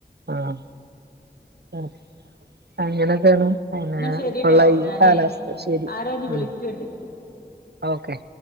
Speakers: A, on the right; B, on the left.
A: ആഹ് ആഹ് അങ്ങനൊക്കെയാണ്. പിന്നെ
B: എന്നാ ശരിട്ടോ
A: ഇപ്പുള്ള ഈ
B: ഞാനേ
A: കാലാവസ്ഥ ശരി
B: ആരോ ഒന്ന്
A: ഉം
B: വിളിക്കണ്ട്
A: ഓക്കെ